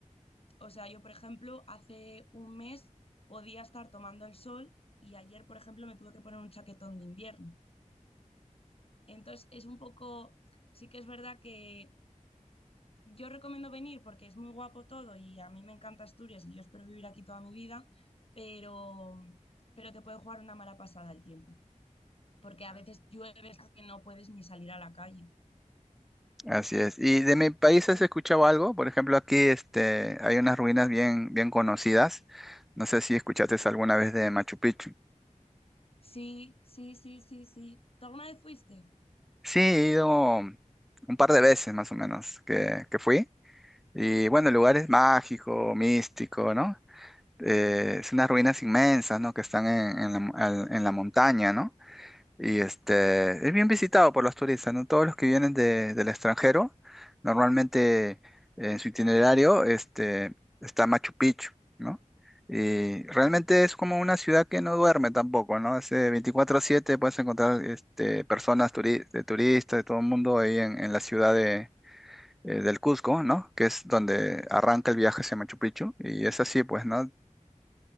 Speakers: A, on the left; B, in the centre.
A: O sea, yo, por ejemplo, hace un mes podía estar tomando el sol y ayer, por ejemplo, me tuve que poner un chaquetón de invierno. Entonces, es un poco, sí que es verdad que yo recomiendo venir porque es muy guapo todo y a mí me encanta Asturias y yo espero vivir aquí toda mi vida, pero, pero te puede jugar una mala pasada el tiempo, porque a veces llueve esto que no puedes ni salir a la calle.
B: Así es. ¿Y de mi país has escuchado algo? Por ejemplo, aquí este, hay unas ruinas bien, bien conocidas. No sé si escuchaste alguna vez de Machu Picchu.
A: Sí, sí, sí, sí, sí. ¿Tú alguna vez fuiste?
B: Sí, he ido un par de veces más o menos que, que fui. Y bueno, el lugar
A: Sí,
B: es mágico, místico, ¿no? Eh, es unas ruinas inmensas, ¿no? Que están en, en la, mo- al- en la montaña, ¿no? Y este, es bien visitado por los turistas, ¿no? Todos los que vienen de- del extranjero, normalmente en su itinerario este, está Machu Picchu, ¿no? Y realmente
A: qué guay.
B: es como una ciudad que no duerme tampoco, ¿no? Es eh, 24/7, puedes encontrar este, personas turi- de turistas, de todo el mundo ahí en, en la ciudad de, eh, del Cusco, ¿no? Que es donde arranca el viaje hacia Machu Picchu. Y es así, pues, ¿no?